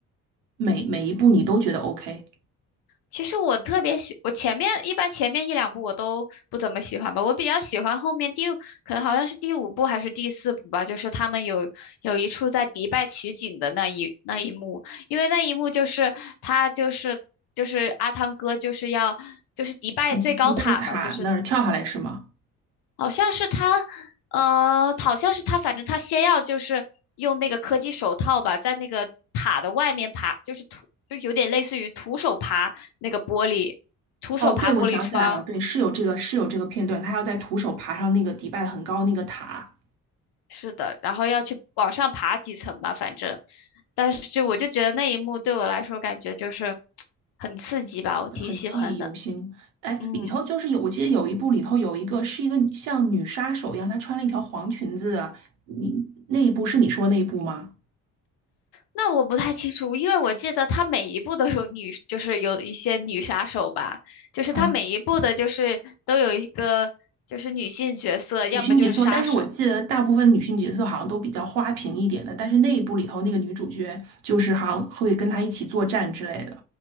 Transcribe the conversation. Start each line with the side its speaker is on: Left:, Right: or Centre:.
Right: 每每一部你都觉得 OK？
Left: 其实我特别喜，我前面一般前面一两部我都不怎么喜欢吧，我比较喜欢后面第，可能好像是第五部还是第四部吧，就是他们有有一处在迪拜取景的那一那一幕，因为那一幕就是他就是就是阿汤哥就是要就是迪拜最高塔嘛，
Right: 从迪拜塔那儿跳下来是吗？
Left: 就是好像是他，呃，好像是他，反正他先要就是用那个科技手套吧，在那个塔的外面爬，就是徒，就有点类似于徒手爬那个玻璃，徒手爬玻璃窗，
Right: 哦，对，我想起来了，对，是有这个是有这个片段，他要在徒手爬上那个迪拜很高那个塔。
Left: 是的，然后要去往上爬几层吧，反正，但是就我就觉得那一幕对我来说感觉就是 <tsk> 很刺激吧，我挺喜欢的，
Right: 很很记忆犹新。哎，
Left: 嗯。
Right: 里头就是有，我记得有一部里头有一个是一个像女杀手一样，她穿了一条黄裙子的，你那一部是你说那一部吗？
Left: 那我不太清楚，因为我记得他每一部都有女，就是有一些女杀手吧，就是他每一部的，
Right: 啊，
Left: 就是都有一个就是女性角色，要么就是杀手。
Right: 女性角色，但是我记得大部分女性角色好像都比较花瓶一点的，但是那一部里头那个女主角就是好像会跟她一起作战之类的。